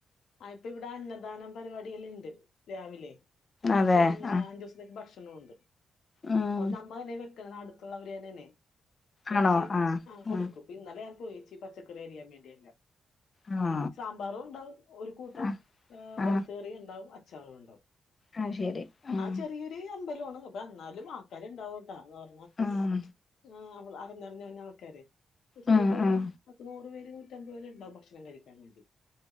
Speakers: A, on the left; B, on the left.
A: ആ ഇപ്പ ഇവിടെ അന്നദാനം പരിപാടിയില് ഉണ്ട് രാവിലെ
B: അതെ
A: ഭക്ഷണം ഇങ്ങനെ
B: ആ
A: അഞ്ചു ദിവസത്തേക്ക് ഭക്ഷ കിട്ടണുണ്ട്
B: ഉം
A: അതുകൊണ്ട് നമ്മൾ തന്നെ വെക്കണത് അടുത്തുള്ളവര് തന്നെ ആണേ വെച്ച്
B: ആണോ ആ
A: ആഹ് കൊടുക്കും
B: ആ
A: ഇന്നലെ ഞാൻ പോയേച്ച് പച്ചക്കറി അരിയാൻ വേണ്ടിയല്ലാം
B: ആ
A: സാമ്പാറും ഉണ്ടാവും ഒരു കൂട്ടം
B: ആ
A: ഏഹ്
B: ആ
A: ഒലത്തു കറിയും ഉണ്ടാവും അച്ചാറും ഉണ്ടാവും
B: ആഹ് ശരി ഉം
A: ആഹ് ചെറിയൊരു അമ്പലമാണ് അപ്പൊ എന്നാലും ആൾക്കാര് ഉണ്ടാവും പറഞ
B: ഉം
A: <unintelligible> പറഞ്ഞറിഞ്ഞു വന്ന ആൾക്കാരെ പക്ഷെ
B: ഉം
A: ഇതേ പോലെ
B: ഉം
A: ഒരു പത്തനൂറ് പേര് നൂറ്റി അമ്പത് പേര് ഉണ്ടാവും ഭക്ഷണം കഴിക്കാൻ വേണ്ടി